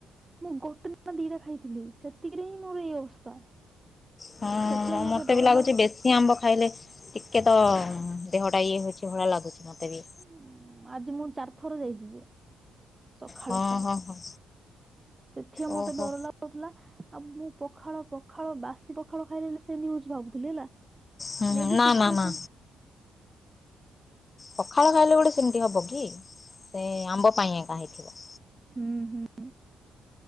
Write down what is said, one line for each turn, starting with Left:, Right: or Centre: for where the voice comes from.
Right: ମୁଁ ଗୋଟେନା ଦିଟା ଖାଇଥିଲି ସେତିକିରେହିଁ ମୋର ଏଇ ଅବସ୍ଥା।
Left: ହଁ
Right: ସେଥିପାଇଁ
Left: ଆଉ
Right: ମତେ
Left: ମତେବି
Right: ଡର
Left: ଲାଗୁଚି
Right: ଲାଗୁଛି
Left: ବେଶ୍ ସି ଆମ୍ବ ଖାଇଲେ ଟିକେତ ଦେହଟା ଇଏ ହେଉଚି ଭଳିଆ ଲାଗୁଚି ମୋତେବି।
Right: ଉଁ ଆଜି ମୁଁ ଚାରି ଥର ଯାଇଚିଯେ। ସକାଳେ
Left: ହଁ
Right: ଖାଲି
Left: ହଁ ହଁ
Right: ସେଥିରେମତେ
Left: ଓହୋ
Right: ଡରଲା ଥିଲା ଆଉ ମୁଁ ପଖାଳ ପଖାଳ ବାସି ପଖାଳ ଖାଇଦେଲି ସେନାଗି ହୋଉଚି ଭାବୁଥିଲି ହେଲା
Left: ହୁଁ ହୁଁ
Right: ମେବି
Left: ନା
Right: ସେଥିରେ
Left: ନା ନା
Right: ସେମି
Left: ପଖାଳ ଖାଇଲେ ଗୋଟେ ସେମିତି ହବକି ସେଆମ୍ବ ପାଇଁ ଏକା ହେଇଥିବ।
Right: ହୁଁ ହୁଁ।